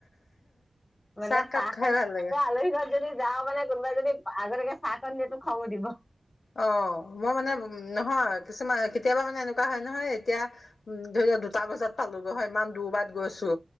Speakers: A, on the left; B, on the left.
A: মানে,
B: চাহকাপ
A: চাহ
B: খাই
A: কণ,
B: ভাল লাগে।
A: তই আলহী ঘৰত যদি যাওঁ মানে কোনোবাই যদি আগতিয়াকে চাহ খণ দিয়টো খং উঠিব দিব
B: অ মই মানে উ নহয় কিছুমান কেতিয়াবা মানে এনেকুৱা হয় নহয় এতিয়া উ ধৰি লোৱা দুটা বজাত পালোগৈ হয় ইমান দূুৰবাত গৈছো